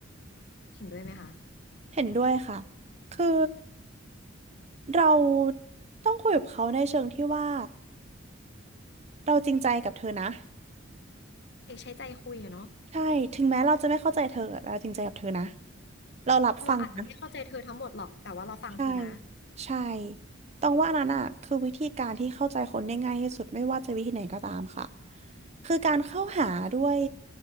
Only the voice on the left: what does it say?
เห็นด้วยไหมคะ
ใช่ใช้ใจคุยอะเนาะ
เราอาจจะไม่เข้าใจเธอทั้งหมดหรอกแต่ว่าเราฟังเธอนะ